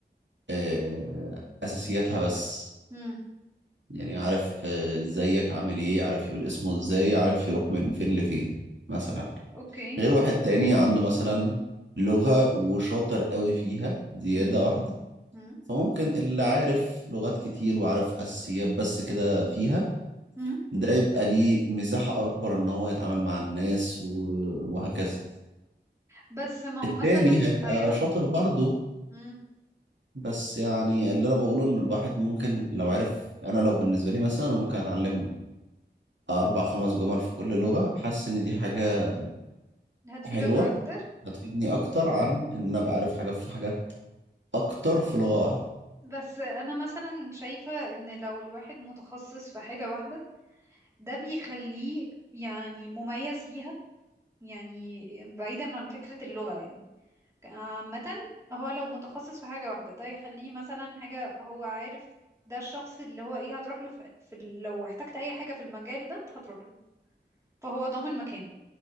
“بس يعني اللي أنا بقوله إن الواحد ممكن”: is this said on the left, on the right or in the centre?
Right